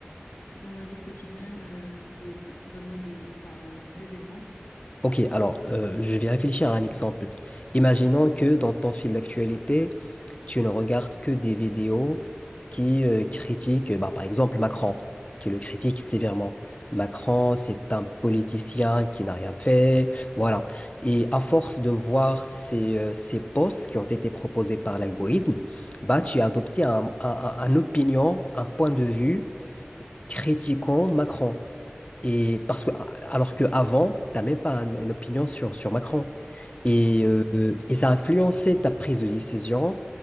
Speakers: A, on the left; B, on the left.
A: dans ma vie quotidienne, euh, c'est, donne-moi des, bah, des exemples.
B: Ok, alors, euh, je vais réfléchir à un exemple. Imaginons que dans ton fil d'actualité, tu ne regardes que des vidéos qui euh, critiquent, bah, par exemple, Macron, qui le critique sévèrement. Macron, c'est un politicien qui n'a rien fait, voilà. Et à force de voir ces, euh, ces posts qui ont été proposés par l'algorithme, bah, tu as adopté un, un- un- un opinion, un point de vue critiquant Macron. Et parce que, alors qu'avant, tu n'as même pas un- une opinion sur, sur Macron. Et, euh, et ça a influencé ta prise de décision.